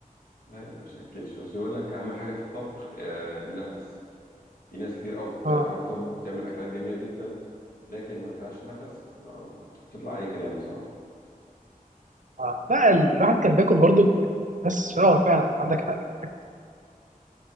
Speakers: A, on the left; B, on the right.
A: لا يا باشا أكلش بس يقول لك أهم حاجة في الطبخ آه النفس في ناس كتير قوي بت-
B: اه
A: بتعرف تطبخ وتعمل أكلات جميلة جدا لكن ما فيهاش نفس ب- بتطلع أي كلام بصراحة
B: اه لا الواحد كان بياكل برضه بس اه فعلا عندك حق في الحتة دي.